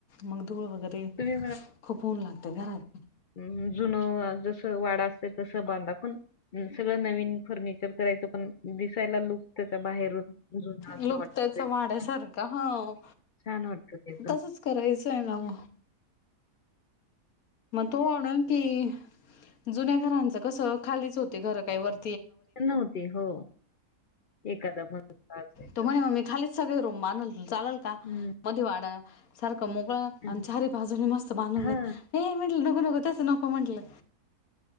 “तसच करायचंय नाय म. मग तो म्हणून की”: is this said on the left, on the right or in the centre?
Left